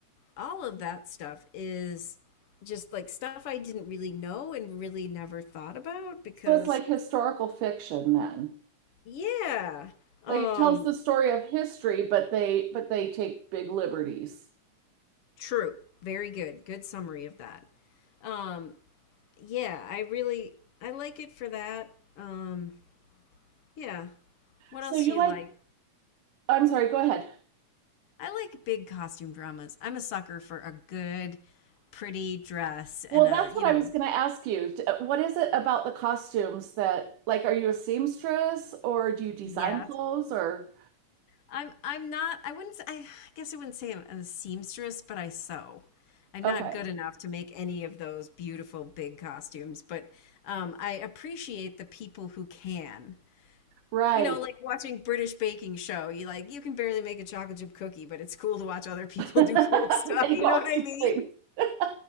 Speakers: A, on the left; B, on the right.
A: all of that stuff is just like stuff I didn't really know and really never thought about because
B: So it's like historical fiction then.
A: yeah. Um
B: Like it tells the story of history, but they but they take big liberties.
A: true. Very good. Good summary of that. Um yeah, I really I like it for that. Um yeah. What
B: So
A: else
B: you
A: do you
B: like,
A: like?
B: I'm sorry, go ahead.
A: I like big costume dramas. I'm a sucker for a good pretty dress and
B: Well,
A: a,
B: that's
A: you
B: what I
A: know,
B: was going to ask you. D- What is it about the costumes that like are you a seamstress or do you design
A: yes,
B: clothes or
A: I'm I'm not I wouldn't s- I guess I wouldn't say I'm a seamstress, but I sew. I'm
B: okay.
A: not good enough to make any of those beautiful big costumes, but um, I appreciate the people who can.
B: Right.
A: You know, like watching British baking show, you like you can barely make a chocolate chip cookie, but it's cool to watch other
B: <laughs>
A: people
B: Make
A: <laughs> do cool stuff. You
B: all
A: know what I
B: these
A: mean?
B: things. <laughs>